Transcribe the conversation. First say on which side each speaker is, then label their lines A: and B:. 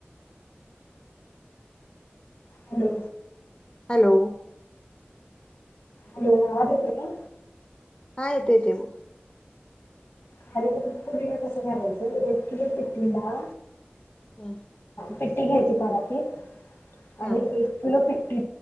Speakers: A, on the left; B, on the left.
A: हॅलो
B: हॅलो
A: हॅलो आवाज येतोय का
B: हां येते येते बोल
A: खारी पुरीला कस करायच एक किलो पिठीला
B: हं
A: पिठी घ्यायची परातीत आणि
B: हा
A: एक किलो पिठी